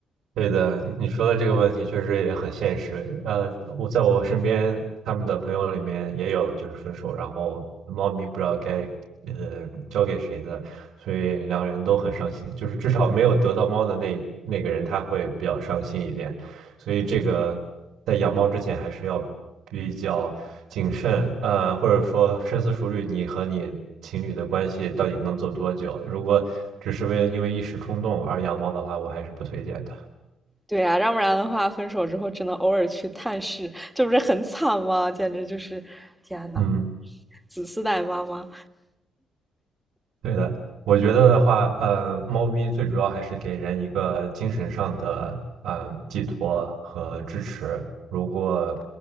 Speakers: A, on the right; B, in the centre.
A: 对的，你你说的这个问题确实也很现实。呃，我在我身边，他们的朋友里面也有就是分手，然后猫咪不知道该呃交给谁的，所以两个人都很伤心。就是至少没有得到猫的那那个人，他会比较伤心一点。所以这嗯个在养猫之前还是要比较谨慎，呃，或者说深思熟虑，你和你情侣的关系到底能走多久？如果只是为了因为一时冲动而养猫的话，我还是不推荐的。
B: 对呀，要不然的话，分手之后只能偶尔去探视，这不是很惨吗？简直就是，天呐，
A: 嗯，
B: 子嗣带妈妈。
A: 对的，我觉得的话，呃，猫咪最主要还是给人一个精神上的，呃，寄托和支持。如果，